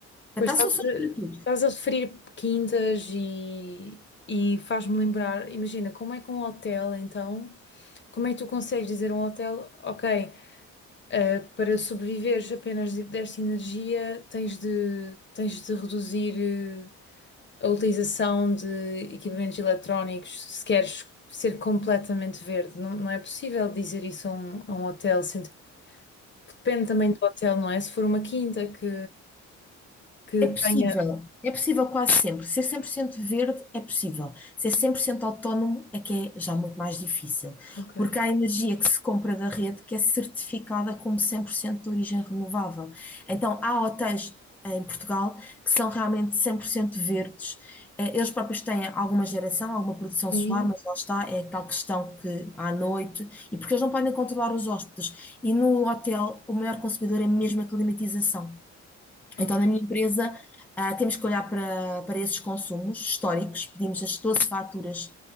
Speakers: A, in the centre; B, on the left.
A: Portanto,
B: Pois estás
A: há soluções
B: a,
A: para tudo.
B: estás a referir quintas e, e faz-me lembrar, imagina, como é que um hotel, então, como é que tu consegues dizer a um hotel, ok, eh, para sobreviveres apenas de- desta energia, tens de, tens de reduzir eh, a utilização de equipamentos eletrónicos se queres ser completamente verde. Não, não é possível dizer isso a um, a um hotel, sendo que depende também do hotel, não é? Se for uma quinta que, que
A: É possível,
B: tenha.
A: é possível quase sempre. Ser 100% verde é possível. Ser 100% autónomo é que é já muito mais difícil,
B: Ok.
A: porque há energia que se compra da rede que é certificada como 100% de origem renovável. Então, há hotéis eh, em Portugal que são realmente 100% verdes. Eh, Eles próprios têm alguma geração, alguma produção
B: Sim,
A: solar, mas lá está, é tal questão que à noite, e porque eles não podem controlar os hóspedes. E no hotel, o maior consumidor é mesmo a climatização.
B: ok.
A: Então, na minha empresa, ah, temos que olhar para, para esses consumos históricos, pedimos as 12 faturas